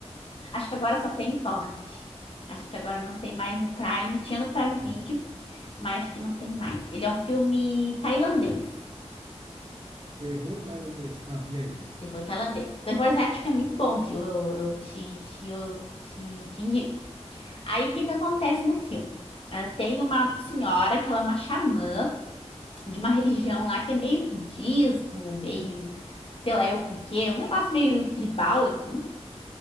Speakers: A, on the left; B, on the right.
A: Acho que agora só tem em Torrent. Acho que agora não tem mais no Prime. Tinha no Prime Video, mas acho que não tem mais. Ele é um filme tailandês.
B: Terror tailandês. Ah, e aí?
A: Terror tailandês. Terror asiático é muito bom, viu? Eu, eu te, te, eu te, te indico. Aí o que que acontece no filme? Ah, tem uma senhora que ela é uma xamã de uma religião lá que é meio budismo, meio, sei lá, eu com o quê, um negócio meio tribal, assim.